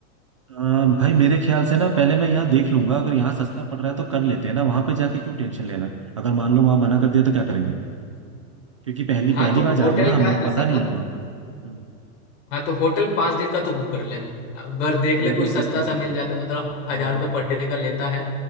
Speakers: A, on the right (about 25°); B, on the left (about 60°).
A: आ, भाई मेरे ख्याल से ना पहले मैं यहाँ देख लूंगा अगर यहाँ सस्ता पड़ रहा है तो कर लेते हैं ना वहां पे जाके क्यों टेंशन लेना है अगर मान लो वहां मना कर दिया तो क्या करेंगे क्योंकि पहली
B: हाँ
A: पहली
B: तो
A: बार जा
B: होटल
A: रहे हैं ना हम
B: का
A: मुझे
B: ऐसा
A: पता नहीं
B: कर
A: है वहां का हम्म
B: हाँ तो होटल पाँच दिन का तू बुक कर ले अगर देख
A: हाँ
B: ले
A: मैं अभी
B: कोई सस्ता
A: बुक कर
B: सा
A: लेता
B: मिल
A: हूँ
B: जाता मतलब हजार
A: हम्म
B: रुपये
A: हम्म
B: पर डे का लेता है